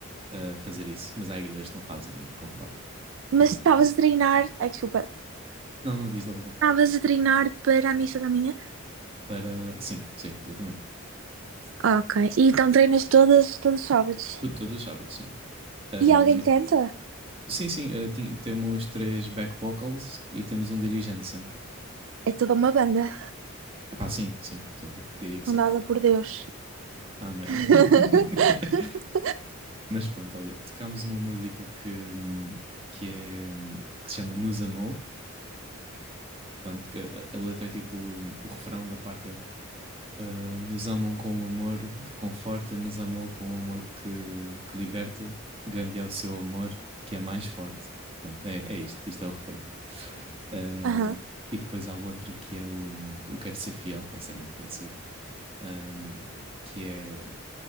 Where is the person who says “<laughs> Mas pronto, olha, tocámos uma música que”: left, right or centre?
Right